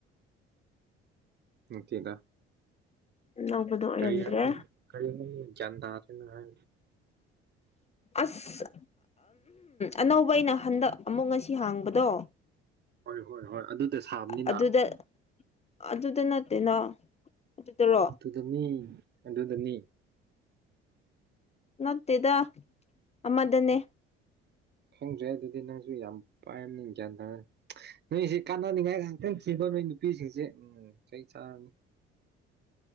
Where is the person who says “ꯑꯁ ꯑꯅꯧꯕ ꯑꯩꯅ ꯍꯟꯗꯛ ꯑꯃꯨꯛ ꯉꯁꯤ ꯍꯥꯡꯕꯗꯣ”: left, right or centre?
Left